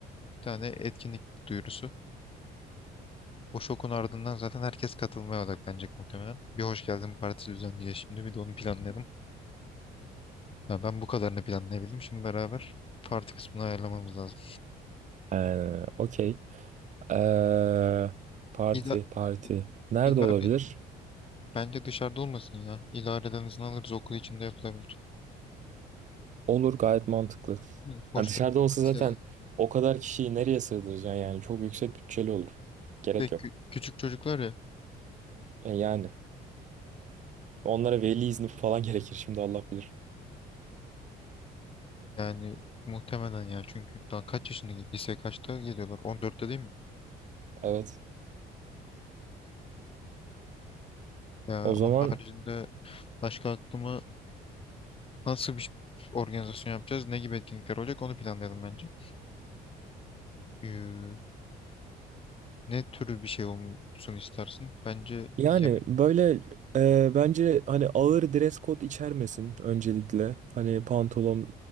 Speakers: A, on the left; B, on the right.
A: bir tane etkinlik duyurusu. O şokun ardından zaten herkes katılmaya odaklanacak muhtemelen. Bir hoş geldin partisi düzenliyor şimdi. Bir de onu planlayalım. Ya ben bu kadarını planlayabildim. Şimdi beraber parti kısmını ayarlamamız lazım.
B: Ee, okey. Ee, parti,
A: İda
B: parti.
A: İ-
B: Nerede
A: İdare,
B: olabilir?
A: bence dışarıda olmasın ya. İdareden izin alırız okul içinde yapılabilir.
B: Olur gayet mantıklı.
A: Hı, Hoş
B: Hani dışarıda
A: geldin
B: olsa
A: partisi
B: zaten
A: yazarız.
B: o kadar kişiyi nereye sığdıracaksın yani çok yüksek bütçeli olur. Gerek
A: Ve kü-
B: yok.
A: küçük çocuklar ya
B: E yani onlara veli izni falan <laughs> gerekir şimdi Allah bilir.
A: Yani muhtemelen ya çünkü daha kaç yaşında gel- lise kaçta geliyorlar? 14'te değil mi?
B: Evet.
A: Ya
B: O
A: onun
B: zaman
A: haricinde başka aklıma nasıl bir organizasyon yapacağız? Ne gibi etkinlikler olacak? Onu planlayalım bence. Ee, ne türü bir şey olsun istersin? Bence
B: yani
A: yeni,
B: böyle e, bence hani ağır dress code içermesin öncelikle. Hani pantolon,